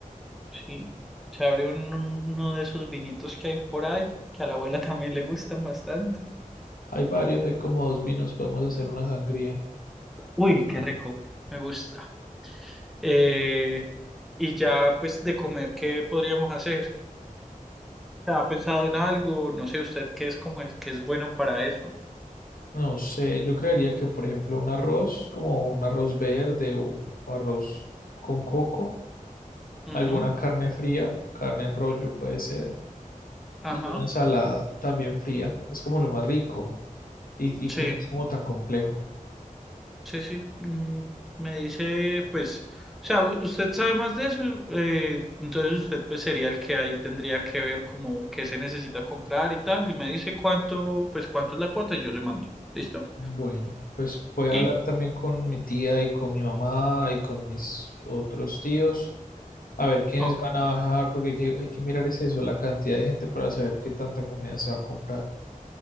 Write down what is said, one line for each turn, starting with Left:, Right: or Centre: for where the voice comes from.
Centre: sí. Se abre un- un- uno de esos vinitos que hay por ahí, que a la abuela también le gustan bastante.
Left: Hay varios, hay como dos vinos, podemos hacer una sangría.
Centre: Uy, qué rico, me gusta. Eh, y ya, pues, de comer, ¿qué podríamos hacer? ¿Ha pensado en algo? No sé, usted qué es como el que es bueno para eso.
Left: No sé, yo creería que, por ejemplo, un arroz, como un arroz verde o, o arroz con coco,
Centre: Ujú,
Left: alguna carne fría, carne en rollo puede ser,
Centre: Ajá.
Left: y una ensalada también fría, es como lo más rico y, y
Centre: Sí,
Left: que no es como tan complejo.
Centre: sí, sí. Mm, me dice, pues, o sea, u- usted sabe más de eso, eh, entonces usted pues sería el que ahí tendría que ver como qué se necesita comprar y tal, y me dice cuánto, pues cuánto es la cuota y yo le mando. ¿Listo?
Left: Bueno, pues voy a
Centre: Y,
Left: hablar también con mi tía y con mi mamá y con mis otros tíos, a ver quiénes
Centre: ok.
Left: van a bajar, porque hay que, hay que mirar es eso, la cantidad de gente para saber qué tanta comida se va a comprar.